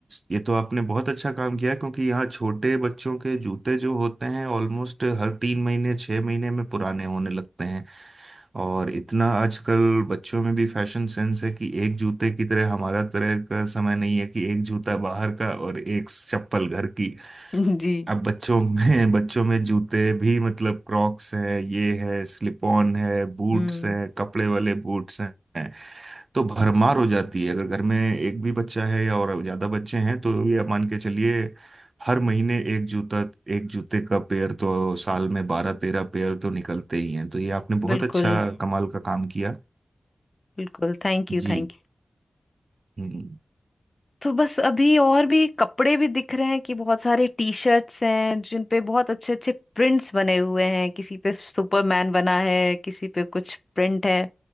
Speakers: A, on the right; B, on the left.
A: ये तो आपने बहुत अच्छा काम किया है, क्योंकि यहाँ छोटे बच्चों के जूते जो होते हैं ऑलमोस्ट हर तीन महीने छः महीने में पुराने होने लगते हैं और इतना आजकल बच्चों में भी फैशन सेंस है कि एक जूते की तरह हमारा तरह का समय नहीं है कि एक जूता बाहर का और एक चप्पल घर की
B: <laughs> जी
A: अब बच्चों <laughs> में बच्चों में जूते भी मतलब क्रॉक्स हैं ये है स्लिप ऑन है बूट्स
B: हम्म
A: हैं कपड़े वाले बूट्स हैं तो भरमार हो जाती है अगर घर में एक भी बच्चा है या और ज्यादा बच्चे हैं तो ये आप मान के चलिए हर महीने एक जूता एक जूते का पेयर तो साल में बारह तेरह पेयर तो निकलते ही हैं तो ये आपने बहुत
B: बिल्कुल
A: अच्छा कमाल का काम किया
B: बिल्कुल Thank you
A: जी
B: thank you
A: हम्म
B: तो बस अभी और भी कपड़े भी दिख रहे हैं कि बहुत सारे टी शर्ट्स हैं जिन पे बहुत अच्छे अच्छे प्रिंट्स बने हुए हैं किसी पे सुपरमैन बना है किसी पे कुछ प्रिंट है